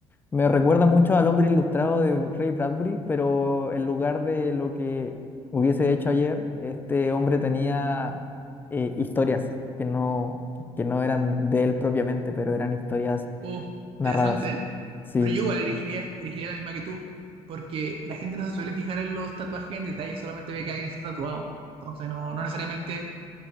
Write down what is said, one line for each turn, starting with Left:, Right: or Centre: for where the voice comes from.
Left: Me recuerda mucho al hombre ilustrado de Ray Bradbury, pero en lugar de lo que hubiese hecho ayer, este hombre tenía eh, historias que no, que no eran de él propiamente, pero eran historias
Right: Uh,
Left: narradas.
Right: interesante, ¿eh?
Left: Sí.
Right: Pero yo igual elegiría, elegiría la misma que tú, porque la gente no se suele fijar en los tatuajes en detalle, solamente ve que alguien está tatuado. Entonces no, no necesariamente